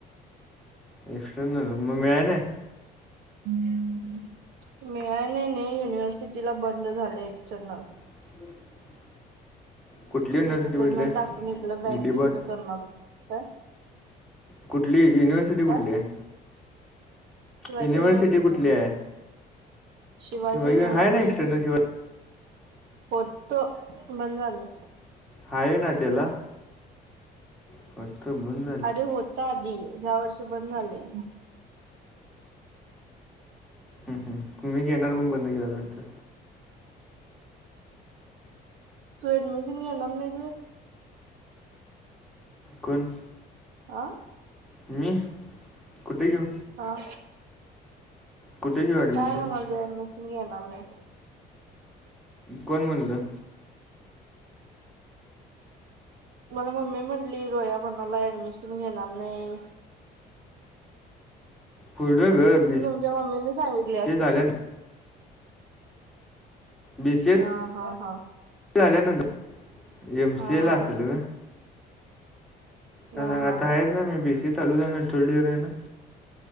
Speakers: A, in the centre; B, on the right (about 80°).
A: एक्स्टर्नल, मग मिळाय नाय?
B: मिळाली नाही, युनिव्हर्सिटीला बंद झालं एक्सटर्नल.
A: <inaudible> कुठली युनिव्हर्सिटी
B: एक्सटर्नल
A: बघितलीस
B: टाकून इकडं बँकिंगच
A: डीबॉट
B: करणार, काय?
A: कुठली युनिव्हर्सिटी कुठली
B: काय
A: आहे?
B: शिवाजी
A: युनिव्हर्सिटी
B: युनिवर्सिटी
A: कुठली आहे
B: शिवाजी
A: शिवाय
B: युनिव्हर्सिटी
A: आहे ना एक्सटर्नल शिवाय
B: होत, बंद झाले.
A: हाय ना त्याला? <unintelligible>
B: अरे होता आधी ह्या वर्षी बंद झाले
A: हम् हम तुम्ही घेणार मग बंद केेलं नतर
B: तू एडमेजन घेणार नाहीस होय.
A: कोण?
B: आं
A: मी कुठे घऊ
B: हा
A: कुठे घेऊ ॲडमिशन
B: काय म्हणाली, अऍडमिशन घेणार नाही.
A: कोण म्हणलं?
B: मला मम्मी म्हणली रोया म्हणालाय, एडमिशन घे नाही.
A: पुढं ग बी
B: तुमच्या मम्मीने सांगितले
A: सी
B: असेल
A: ए झाल्या बी सी ए
B: हा हा हा.
A: झाल्यानंतर एमसी
B: हा.
A: ए ला असेल ग. आता
B: हा हा
A: आहेत ना मी बी सी ए चालू आहे थोडी आहे ना.